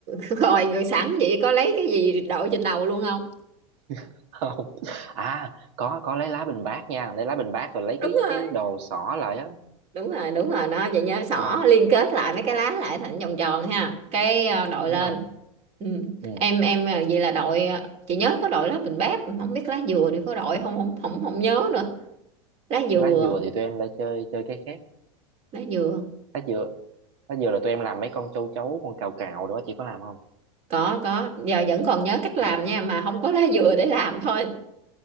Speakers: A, on the right; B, on the right.
A: rồi <laughs> rồi sẵn vậy có lấy cái gì đội trên đầu luôn không
B: <laughs> không à có có lấy lá bình bát nha lấy lá bình bát rồi lấy
A: đúng
B: cái
A: rồi
B: cái đồ xỏ lại á
A: đúng rồi đúng rồi đó vậy nhớ xỏ
B: à
A: liên kết lại mấy cái lá lại thành vòng tròn ha cái ờ, đội
B: đúng
A: lên
B: rồi
A: ừ.
B: ừ
A: em em ờ, vậy là đội ờ, chị nhớ có đội lá bình bát không biết lá dừa thì có đội không không không không nhớ nữa lá dừa
B: lá dừa thì tụi em lại chơi chơi cái khác
A: lá dừa
B: lá dừa lá dừa là tụi em làm mấy con châu chấu con cào cào đó chị có làm không
A: có có giờ vẫn còn nhớ cách làm
B: Ừ.
A: nha mà không có lá dừa để làm thôi